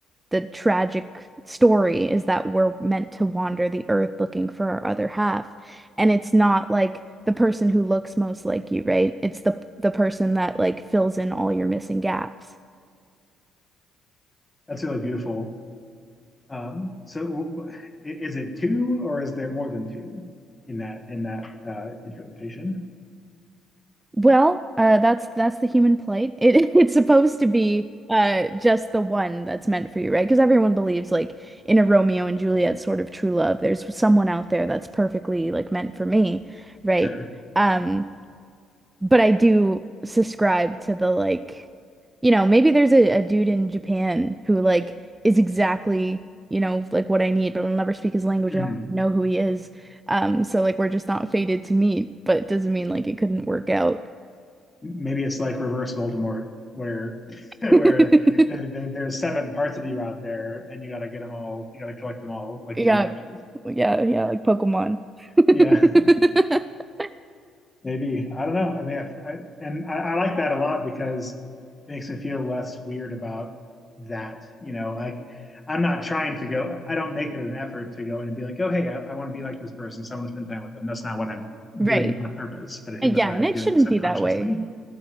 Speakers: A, on the right; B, on the left.
A: the tragic story is that we're meant to wander the earth looking for our other half. And it's not like the person who looks most like you, right? It's the the person that like fills in all your missing gaps.
B: That's really beautiful. Um, so is it two or is there more than two in that in that uh, interpretation?
A: Well, uh, that's that's the human plight. It <laughs> it's supposed to be uh just the one that's meant for you, right? Because everyone believes like in a Romeo and Juliet sort of true love, there's someone out there that's perfectly like meant for me, right?
B: Sure.
A: Um, but I do subscribe to the like, you know, maybe there's a, a dude in Japan who like is exactly, you know, like what I need, but I'll never speak his language
B: Mhm.
A: and I'll know who he is. Um, so like we're just not fated to meet, but it doesn't mean like it couldn't work out.
B: maybe it's like reverse Voldemort, where <laughs> where
A: <laughs>
B: you know, there, there's seven parts of you out there, and you got to get them all. You got to collect them all, like
A: Yeah,
B: gym badges.
A: yeah, yeah, like Pokemon. Yeah.
B: Yeah,
A: <laughs>
B: <laughs> maybe I don't know. I mean, if I, and I, I like that a lot because it makes me feel less weird about that. You know, like I'm not trying to go. I don't make it an effort to go in and be like, oh, hey, I, I want to be like this person. So I want to spend time with them. That's not what I'm
A: Right.
B: doing on purpose, but I think
A: Uh, Yeah,
B: that's what
A: and
B: I'm
A: it
B: doing
A: shouldn't
B: subconsciously.
A: be that way.